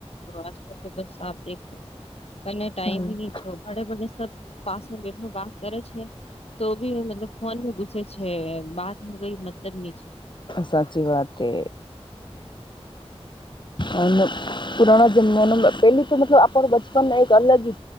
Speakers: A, on the left (about 65°); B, on the left (about 45°).
A: આજકાલ તો બસ <unintelligible>
B: હમ
A: પાસમાં બેઠ બાત કરે છે તો બી મતલબ ફોન ઘુસે છે છે બાર નું કઈ મતલબ ની છે
B: સાચી વાત તે અને પુરાણા જમાનાના પેલી તો મતલબ આપણ બચપન એક અલગી